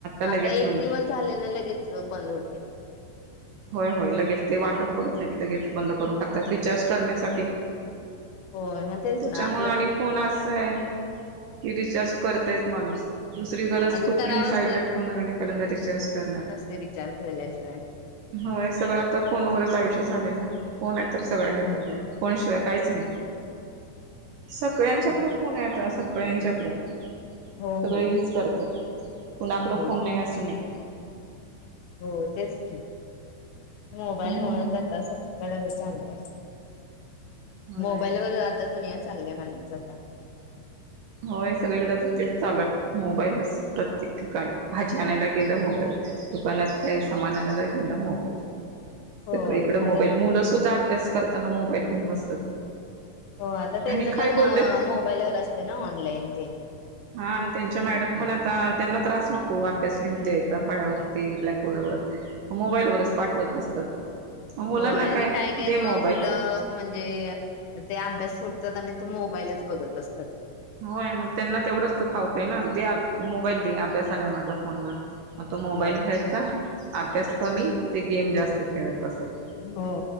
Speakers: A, on the right (about 70°); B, on the left (about 75°).
A: लगेच
B: आता एक
A: बंद
B: दिवस झाले ना लगेच बंद होते.
A: होय होय लगेच ते वाटच बघत नाहीत लगेच बंद करून टाकतात रिचार्ज करण्यासाठी.
B: होय मग तेच
A: त्याच्यामुळे
B: ना आपलं
A: आणि
B: पण
A: फोन असा आहे कि रिचार्ज करतयच माणूस. दुसरी गरज
B: आणि
A: कुठलीही
B: करावाच
A: साईड ला ठेवणार आणि पहिल्यांदा रिचार्ज करणार.
B: ते विचारत झाल्या सय <inaudible>
A: होय सगळं आता फोनवरच आयुष्य झालंय ना फोन आहे तर सगळ्यांना
B: हम्म
A: तर फोन शिवाय काहीच नाही सगळ्यांच्याकडे
B: तेच.
A: फोन आहे आता - सळ्यांच्याकडं
B: हो
A: सगळे
B: हो
A: यूज करतात कुणाकडं
B: हो
A: फोन नाही असं नाही.
B: हो तेच की मोबाईलमुळेच
A: हम्म
B: आता सगळीकडे चालहि-
A: होय
B: मोबाईल वर आता दुनिया चालल्या म्हणायचं आता-
A: होय सगळीकडे तर तेच चालू आहे मोबाईलच प्रत्येक ठिकाणी भाजी आणायला गेलं मोबाईल- दुकानात काय सामान आणायला गेलं मोबाईल
B: हो
A: सगळ इकड मोबाईल
B: आता
A: मुलं सुद्धा अभ्यास करताना मोबाईल घेऊन बसतात.
B: हो आता त्यांचं
A: आणि काय
B: पण
A: बोललं
B: मोबाईलवर असते ना ऑनलाईन ते
A: हा त्यांच्या मॅडम पण आता त्यांना त्रास नको अभ्यास लिहून द्यायचा फळ्यावर ब्लॅकबोर्ड व मोबाईल वच पाठवत बसतात. मग मुलांना
B: होय आणि काय काय
A: दे मोबाईल
B: मग मुलं म्हणजे. ते अभ्यास सोडतात आणि त मोबाईलच बघत बसतात.
A: होय, मग त्यांना तेवढंच तर फावतय ना दे मोबाईल दे अभ्यास आलाय माझा फोनवर. मग तो मोबाईल
B: हो
A: घ्यायचा अभ्यास कमी ते गेम जास्त खेळत बसायचा.
B: हो